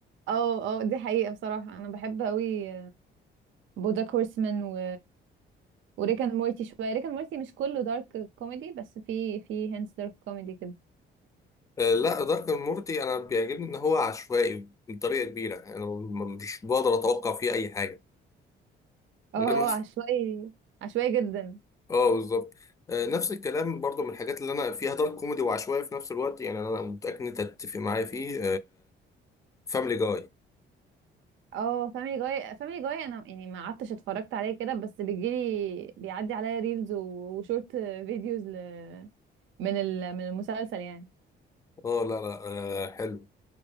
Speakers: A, on the right; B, on the left.
A: اه اه دي حقيقة بصراحة انا بحب قوي بوجاك هورسمان و وريك اند مورتي شوية ريك اند مورتي مش كله دارك كوميدي بس في في هنتس دارك كوميدي كده
B: آه، لا دارك مورتي انا بيعجبني ان هو عشوائي بطريقه كبيره يعني انا م- مش بقدر اتوقع فيه اي حاجه
A: اه
B: غير
A: آه،
B: مثلا
A: عشوائي عشوائي جدا
B: اه بالظبط آه، نفس الكلام برضو من الحاجات اللي انا فيها دارك كوميدي وعشوائي في نفس الوقت يعني انا متاكد ان انت هتتفق معايا فيه فاملي جاي اه Family Guy.
A: اه فاميلي جاي فاميلي جاي انا يعني ما قعدتش اتفرجت عليه كده بس بيجيلي بيعدي عليا ريلز و- وشورت فيديوز ل... من ال... من المسلسل يعني
B: آه، لا لا آه، حلو